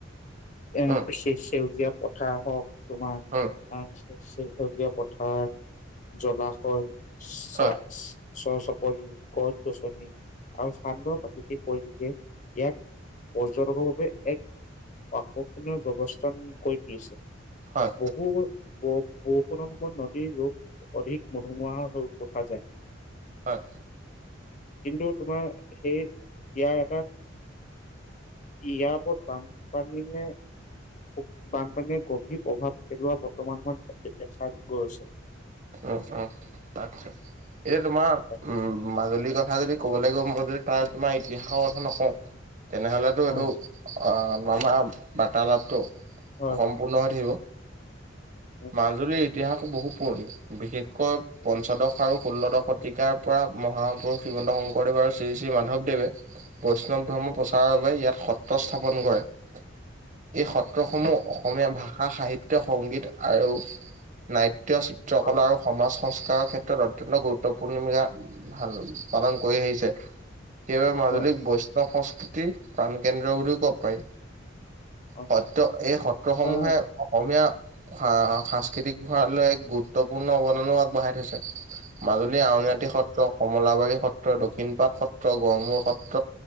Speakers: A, on the left; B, on the right.
A: এ,
B: উম
A: সেই সে-সেউজীয়া পথাৰ হওক তোমাৰ অ',
B: উম
A: সে-সে-সেউজীয়া পথাৰ জলাশয়, চা
B: হয়
A: চৰ-চাপৰি, গছ-গছনি আৰু শান্ত প্ৰাকৃতিক পৰিস্থিতি ইয়াত পৰ্যটকৰ বাবে এক <unintelligible> পথখিনিৰ ব্যৱস্থান কৰি তুলিছে।
B: হয়।
A: বহু বৰ-বৰষুণৰ সময়ত নদীৰ ৰূপ অধিক মনোমোহা হৈ উঠা যায়।
B: হয়।
A: কিন্তু তোমাৰ সেই ইয়াৰ এটা ইয়াৰ ওপৰত বানপানীয়ে, বানপানীয়ে গভীৰ প্ৰভাৱ পেলুৱা বৰ্তমান সময়ত দেখা গৈছে।
B: উম উম, আচ্ছা, এই তোমাৰ
A: হয়,
B: উম। মাজুলীৰ কথা যদি ক'ব লাগিব, মই যদি তাৰ তোমাৰ ইতিহাসৰ কথা নকওঁ তেনেহলেতো
A: হয়,
B: এইটো আ, আমাৰ বাৰ্তালাপটো
A: হয়,
B: অসম পূৰ্ণ হৈ থাকিব।
A: উম,
B: মাজুলীৰ ইতিহাস বহুত পুৰণি, বিশেষকৈ পঞ্চদশ আৰু ষোল্লদশ শতিকাৰ পৰা মহাপুৰুষ শ্ৰীমন্ত শংকৰদেৱ আৰু শ্ৰী শ্ৰী মাধৱদেৱে বৈষ্ণৱ ধৰ্ম
A: হয়,
B: প্ৰচাৰৰ বাবে ইয়াত সত্ৰ স্থাপন কৰে। এই সত্ৰসমূহ অসমীয়া
A: হয়,
B: ভাষা সাহিত্য, সংগীত আৰু নাট্য, চিত্ৰকলা
A: হয়,
B: আৰু সমাজ সংস্কাৰৰ ক্ষেত্ৰত অত্যন্ত গুৰুত্বপূৰ্ণ ভূমিকা ভাল, পালন কৰি আহিছে। সেইবাবে মাজুলীক
A: হয়,
B: বৈষ্ণৱ সংস্কৃতিৰ প্ৰাণকেন্দ্ৰ বুলিও ক'ব পাৰি।
A: হয়,
B: সত্ৰ, এই সত্ৰসমূহে
A: আহ,
B: অসমীয়া সা-সাংস্কৃতিক ভৰালে গোট গুৰুত্বপূৰ্ণ অৱদানো আগবঢ়াই থৈছে। মাজুলী আউনীআটী
A: হয়,
B: সত্ৰক কমলাবাৰী সত্ৰ, দক্ষিণপাট সত্ৰ, গড়মূৰ সত্ৰ,